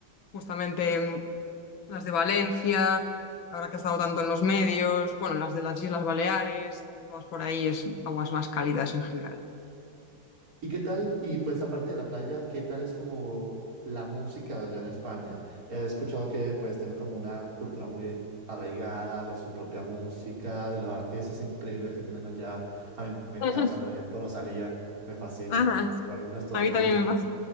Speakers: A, on the left; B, on the right.
A: Justamente mm, las de Valencia, ahora que ha estado tanto en los medios, bueno, las de las Islas Baleares, todas por ahí es aguas más cálidas en general.
B: ¿Y qué tal? Y pues aparte de la playa, ¿qué tal es como la música allá en España? He escuchado que pues tienen como una cultura muy arraigada de su propia música, de los artistas increíbles que tienen allá. A mí me encanta,
A: <laughs>
B: por ejemplo, Rosalía, me fascina.
A: Ajá.
B: Los álbumes todos
A: A mí
B: me
A: también
B: gustan.
A: me pasa.